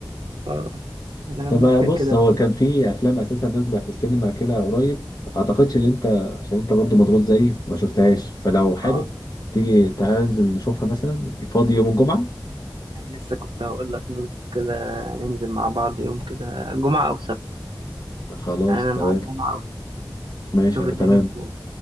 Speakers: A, on the right; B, on the left.
A: اه انا
B: طب
A: ممكن
B: بص
A: كده
B: هو كان في افلام اساسا نازله في السينما كده قريب اعتقدش ان انت عشان انت برضو مضغوط زيي ما شفتهاش فلو حابب
A: اه
B: تيجي تعال نشوفها مثلا فاضي يوم الجمعه
A: أنا لسه كنت هقول لك نظبط كده ننزل مع بعض يوم كده جمعة أو سبت
B: خلاص
A: يعني أنا
B: تمام
A: معاك جمعة أو سبت،
B: ماشي
A: شوف
B: انا
A: الدنيا
B: تمام
A: فيه.